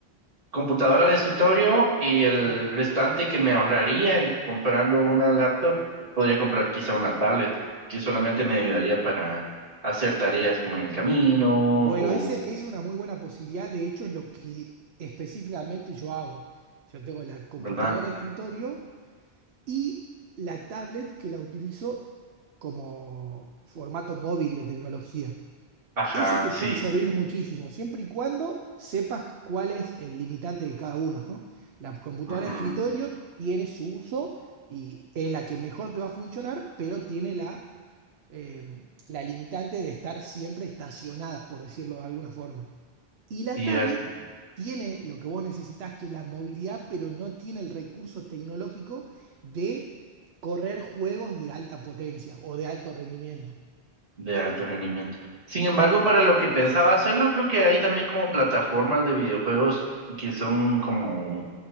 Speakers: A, on the right (about 60°); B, on the right (about 75°).
A: computadora de escritorio y el
B: Claro.
A: restante que me ahorraría en comprando una laptop, podría comprar quizá una tablet, que solamente me ayudaría para hacer tareas como en el camino
B: Bueno,
A: o,
B: ese es una muy buena posibilidad. De hecho, es lo que específicamente yo hago. Yo tengo la computadora
A: ¿verdad?
B: de escritorio y la tablet que la utilizo como formato móvil de tecnología.
A: Ajá,
B: Eso te
A: sí,
B: puede servir muchísimo, siempre y cuando sepas cuál es el limitante de cada uno, ¿no? La computadora
A: ujú,
B: de escritorio tiene su uso y es la que mejor te va a funcionar, pero tiene la, eh, la limitante de estar siempre estacionada, por decirlo de alguna forma. Y la
A: cierto,
B: tablet tiene lo que vos necesitás, que es la movilidad, pero no tiene el recurso tecnológico de correr juegos de alta potencia o de alto rendimiento.
A: de alto rendimiento. Sin embargo, para lo que pensaba hacerlo, creo que hay también como plataformas de videojuegos que son como